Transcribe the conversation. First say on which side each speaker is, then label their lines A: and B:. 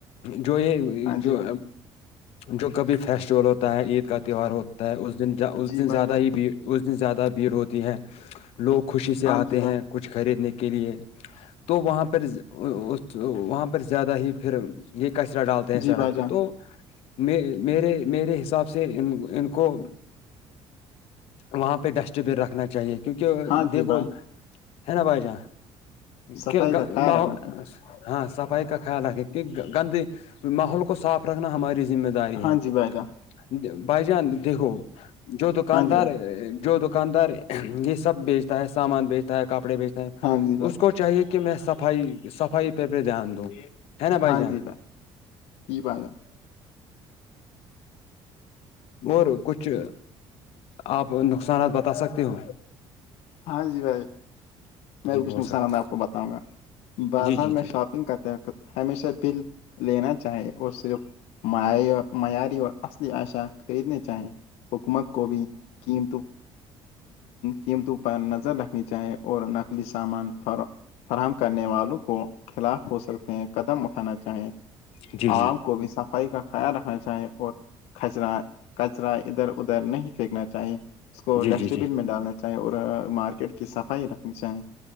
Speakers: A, on the left (about 70°); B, on the left (about 80°).
A: جو یہ
B: ہاں
A: جو
B: جی بھائی
A: جو کبھی فیسٹیول ہوتا ہے عید کا تہوار ہوتا ہے اس دن اس
B: جی
A: دن
B: بھائی
A: زیادہ
B: جان
A: ہی بھی اس دن زیادہ بھیڑ ہوتی ہے لوگ خوشی سے
B: ہاں
A: آتے
B: جی بھائی
A: ہیں کچھ خریدنے کے لیے تو وہاں پر اس وہاں پر زیادہ ہی پھر یہ کچرا ڈالتے ہیں
B: جی
A: سڑک
B: بھائی جان
A: پہ تو میں میرے میرے حساب سے ان ان کو وہاں پہ ڈسٹ بین رکھنا چاہیے کیونکہ
B: ہاں
A: دیکھو
B: جی بھائی
A: ہے نا بھائی جان
B: صفائی
A: کہ
B: کا خیال
A: ماحول
B: رکھنا چاہیے
A: ہاں صفائی کا خیال رکھیں کی گندے ماحول کو صاف رکھنا ہماری ذمہ داری
B: ہاں
A: ہے
B: جی بھائی جان
A: بھائی جان دیکھو جو دکاندار
B: ہاں جی بھائی
A: جو دکاندار یہ سب بیچتا ہے سامان بیچتا ہے کپڑے بیچتا
B: ہاں جی بھائی
A: اس کو چاہیے کہ میں صفائی صفائی پہ بھی دھیان دوں ہے نا بھائی
B: ہاں
A: جان
B: جی جی بھائی جان <inaudible>
A: اور کچھ آپ نقصانات بتا سکتے ہو
B: ہاں جی بھائی میں
A: جی بہت
B: کچھ نقصانات
A: سکتے
B: آپ کو بتاؤں گا بازار
A: جی جی
B: میں
A: جی
B: شاپنگ کر ہمیشہ بل لینا چاہیے وہ صرف معی معیاری اور اصلی عشا خریدنے چاہیں حکومت کو بھی قیمتوں قیمتوں پر نظر رکھنی چاہیں اور نق لی سامان فراہم کرنے والوں کے خلاف ہو سکتا ہیں قدم اٹھانا چاہیں
A: جی جی
B: آم
A: جی
B: کو بھی سف صفائی کا خیال رکھنا چاہیں اور کچرا کچرا ادھر ادھر نہیں پھینکنا چاہیں اس
A: جی
B: کو ڈسٹ
A: جی
B: بن میں ڈالنا چاہیں اور مارکیٹ کی صفائی رکھنی چاہیے